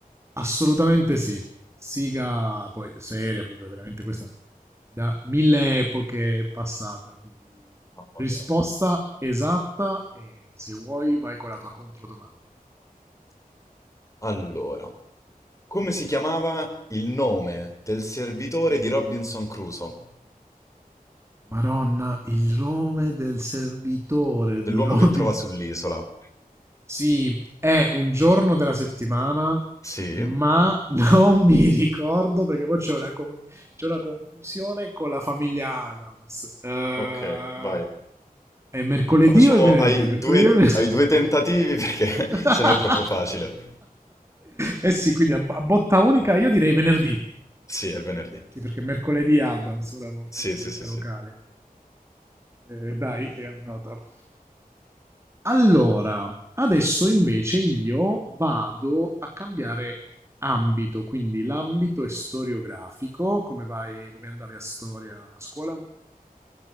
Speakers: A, on the right; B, on the left.
A: Assolutamente sì. Siga poi seria, proprio veramente questa da mille epoche è passata, quindi
B: mamma
A: risposta
B: mia.
A: esatta e se vuoi vai con la tua controdomanda.
B: Allora, come si chiamava il nome del servitore di Robinson Crusoe,
A: Maronna, il nome del servitore
B: dell'uomo
A: di Robinson.
B: che trova sull'isola?
A: Sì, è un giorno della settimana
B: Sì,
A: ma non mi ricordo perché poi c'è una, con- c'è una confusione con la famiglia Adams. Eh,
B: okay, vai.
A: È mercoledì
B: La facciamo
A: o è venerdì?
B: ai
A: È mercoledì
B: due,
A: o è venerdì?
B: ai due tentativi perché
A: <laughs>
B: <laughs> se no è troppo facile.
A: eh sì, quindi a a botta unica io direi venerdì.
B: Sì, è venerdì.
A: Sì, perché mercoledì Adams, ora ho fatto
B: Sì, sì,
A: mente
B: sì,
A: locale.
B: sì.
A: Eh, dai, è andata. Allora, adesso invece io vado a cambiare ambito, quindi l'ambito è storiografico. Come vai, come andavi a storia a scuola?